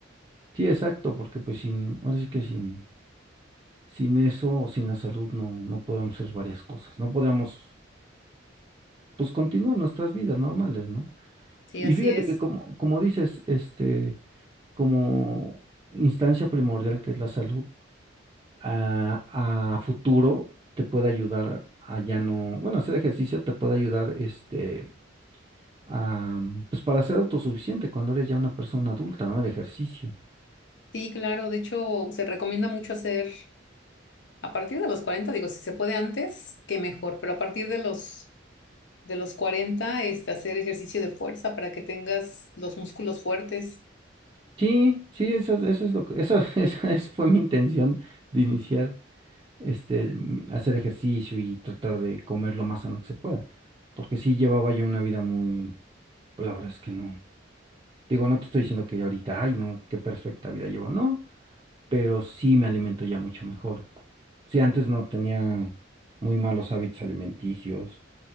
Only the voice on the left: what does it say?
Sí,
así
es.
Sí, claro, de hecho se recomienda mucho hacer a partir de los 40. digo, si se puede antes, que mejor, pero a partir de los de los 40 este hacer ejercicio de fuerza para que tengas los músculos fuertes.